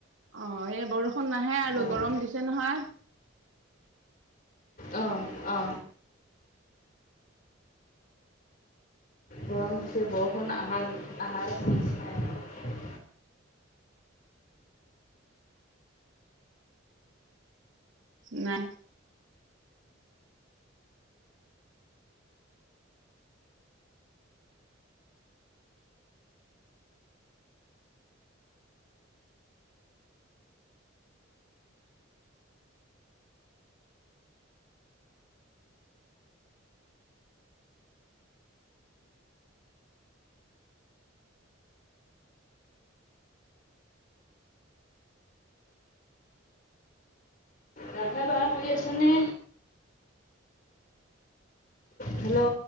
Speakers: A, on the right (about 75°); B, on the left (about 45°).
A: অ এই বৰষুণ নাহে আৰু
B: অ',
A: গৰম দিছে নহয়।
B: অ অ গৰম দিছে বৰষুণ আহাৰ আহাৰ চাই
A: নাই
B: ৰন্ধা বঢ়া কৰি আছেনে? হেল্ল'